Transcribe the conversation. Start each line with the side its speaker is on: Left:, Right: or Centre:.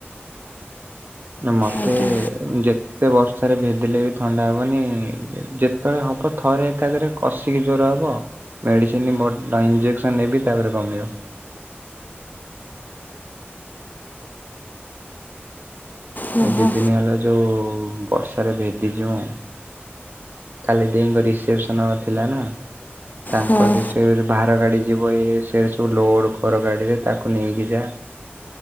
Right: ମତେ
Left: ଆଜ୍ଞା
Right: ଯେ ତେ ବର୍ଷାରେ ଭେଦିଲେ ବି ଥଣ୍ଡା ହବନି ଯେତେବେଳେ ହବ ଥରେ ଏକାଥରେ କଷିକି ଜୋରେ ହବ ମେଡ଼ିସିନ ବଟ ଇଞ୍ଜେକ୍ସନ୍ ନେବି ତାପରେ କମିବ।
Left: ହଁ
Right: ଏ
Left: ହଁ
Right: ଦି ଦିନି ହେଲା ଯୋଉ ବର୍ଷାରେ ଭେଦିଚି ମୁଁ କାଲି ଦେଇଙ୍କ ରିସେପସନ ଥିଲା ନା। ତାଙ୍କ
Left: ହଁ
Right: <unintelligible> ଭାର ଗାଡ଼ି ଯିବ ଇଏ ସେ ସବୁ ଲୋଡ଼ କର ଗାଡିରେ ତାକୁ ନେଇକି ଯା।